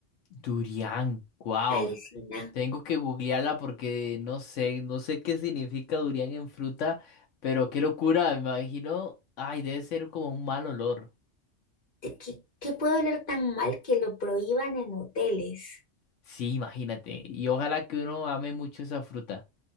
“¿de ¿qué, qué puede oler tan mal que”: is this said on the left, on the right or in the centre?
Left